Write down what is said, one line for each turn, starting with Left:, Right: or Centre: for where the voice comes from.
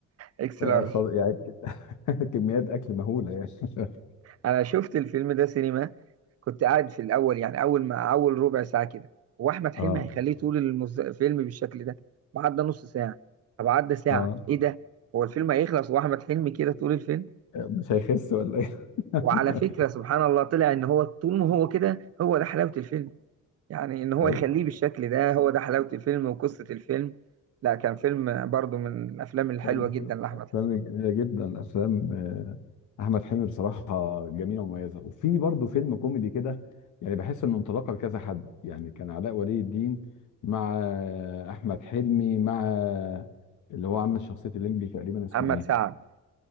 Right: إكس
Left: آه،
Right: لارج
Left: خض- يعني <laughs> كميات اكل مهوله يعني <laughs>
Right: أنا شفت الفيلم ده سينما كنت قاعد في الاول يعني اول ما اول ربع ساعه كده هو احمد حلمي
Left: اه
Right: هيخليه طول المز... الفيلم بالشكل ده طب عدى نص ساعه طب عدى ساعه
Left: اه
Right: ايه ده هو الفيلم هيخلص واحمد حلمي كده طول الفيلم
Left: مش هيخس ولا ايه <laughs>
Right: وعلى فكره سبحان الله طلع ان هو طول ما هو كده هو ده حلاوه الفيلم يعني ان هو
Left: اي
Right: يخليه بالشكل ده هو ده حلاوه الفيلم وقصه الفيلم لا كان فيلم برضو من الافلام الحلوه
Left: كان في
Right: جدا لاحمد
Left: افلام
Right: حلمي
Left: جميله جدا افلام آه، احمد حلمي بصراحه جميله ومميزه وفي برضه فيلم كوميدي كده يعني بحس انه انطلاقه لكذا حد يعني كان علاء ولي الدين مع آه، احمد حلمي مع آه، اللي هو عامل شخصيه الليمبي تقريبا اسمه
Right: محمد
Left: ايه
Right: سعد